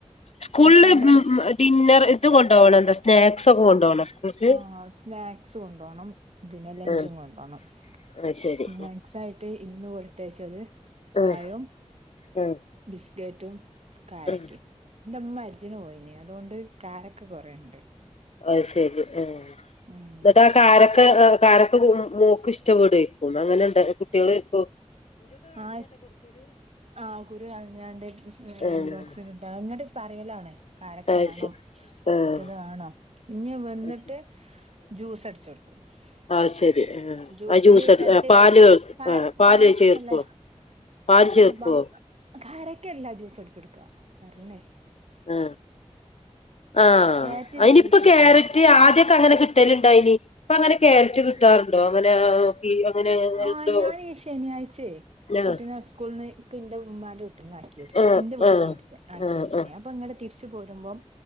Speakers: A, on the left (about 65°); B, on the right (about 65°).
A: സ്കൂളില്
B: രണ്ടുമണിക്ക്
A: ഡിന്നർ ഇത് കൊണ്ടോവണം എന്താ സ്നാക്സ് ഒക്കെ കൊണ്ടോവണോ സ്കൂൾക്ക്
B: ആ സ്നാക്സ് കൊണ്ടോണം പിന്നെ ലഞ്ചും
A: ആഹ്
B: കൊണ്ടോണം
A: അത് ശരി
B: സ്നാക്സ് ആയിട്ട് ഇന്ന് കൊടുത്തയച്ചത് പഴവും
A: ആഹ് ഉം
B: ബിസ്കറ്റും കാരക്കും
A: ഉം
B: എന്റെ ഇമ്മ അജ്ജ് പോയിന് അതോണ്ട് കാരക്ക കൊറേണ്ട്
A: അയ്ശരി ആ എന്നിട്ട്
B: ഉം
A: ആ കാരക്ക കാരക്ക <unintelligible> ഇഷ്ടപെടയിരിക്കും അങ്ങനെ <unintelligible> കുട്ട്യോള് ഇപ്പോ
B: ആ ആ കുരു കളഞ്ഞാണ്ട് <unintelligible> ലഞ്ച്
A: ആഹ്
B: ബോക്സിലിട്ട അങ്ങട് പറയലാണേ. കാരക്ക
A: അത്
B: വേണം
A: ശരി
B: മറ്റത്
A: ആഹ്
B: വേണം ഇനി വന്നിട്ട്
A: അത് ശരി.
B: ജ്യൂസ് അടിച്ച് കൊടുക്കും. <unintelligible>
A: ആ ശരി ആഹ്
B: ജ്യൂസില്
A: ആ ജ്യൂസ് അടി
B: രണ്ട്
A: ആ
B: <unintelligible>
A: പാല് ആ പാല്
B: കാരക്കറ്റ്
A: ചേർക്കുവോ
B: അല്ലേ.
A: പാല് ചേർക്കുവോ
B: ആ ബ കരക്കല്ല ജ്യൂസ് അടിച്ചൊടുക്കുക ന്നേ
A: ആ ആ
B: ക്യാരറ്റ്
A: അനിയിപ്പൊ
B: വേവിച്ചെച്ചിണ്ട്
A: ക്യാരറ്റ് ആദ്യക്കെ അങ്ങനെ <unintelligible> ട്ടലുണ്ടായിനി അപ്പ അങ്ങനെ കേരറ്റ് കിട്ടാറുണ്ടോ? അങ്ങനെ കി അങ്ങനെ
B: ആ
A: അങ്ങനെ
B: ആ
A: ഉണ്ടോ
B: ഞാനീ ശനിയാഴ്ചേ
A: ആഹ്
B: കുട്ടീനെ സ്കൂളന്ന് ക്കെ ഉമ്മാൻ്റെ മ്മാ ക്കിടുത്തു
A: ആഹ്
B: എന്റെ വിട്ടിട്ടുന്നു
A: ആഹ്
B: കൊടുത്തേ ആ. <unintelligible>
A: ആഹ് ആഹ്
B: ഞാൻ ഇപ്പം ഇങ്ങട് തിരിച്ചു പോരുമ്പോം